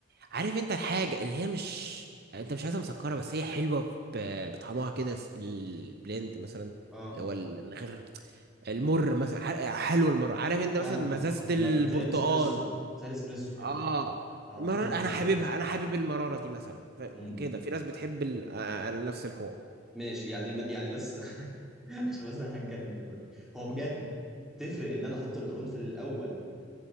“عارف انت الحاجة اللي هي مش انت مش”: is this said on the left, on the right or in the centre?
Right